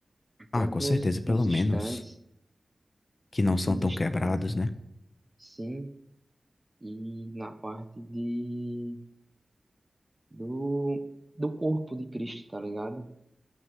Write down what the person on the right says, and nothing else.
Tanto
nos,
nos stands,
tanto
nos
stands.
Sim, e na parte de do, do corpo de Cristo, tá ligado?